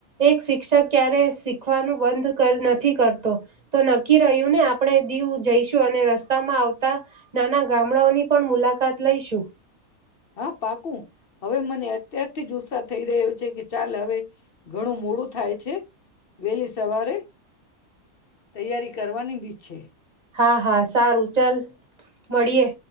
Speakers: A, on the right; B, on the left.
A: એક શિક્ષક ક્યારે શીખવાનું બંધ નથી કરતો તો નક્કી રહ્યું ને આપણે દીવ જઈશું અને રસ્તામાં આવતા નાના ગામડાઓની પણ મુલાકાત લઈશું
B: હા પાકુ હવે મને અત્યારથી જ ઉત્સાહ થઈ રહ્યો છે કે ચાલ હવે ઘણું મોડું થાય છે વહેલી સવારે તૈયારી કરવાની બી છે.
A: હા હા સારું ચાલ મળીએ.